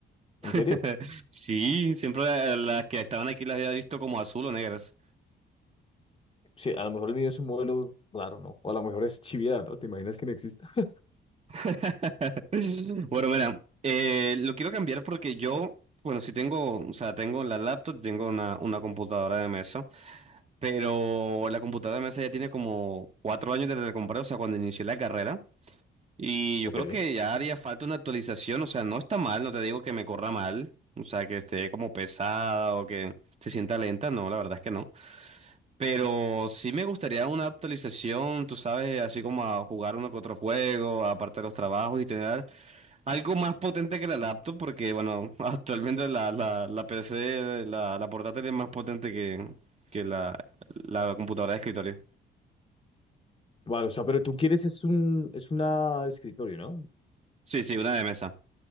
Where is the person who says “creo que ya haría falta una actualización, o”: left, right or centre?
Right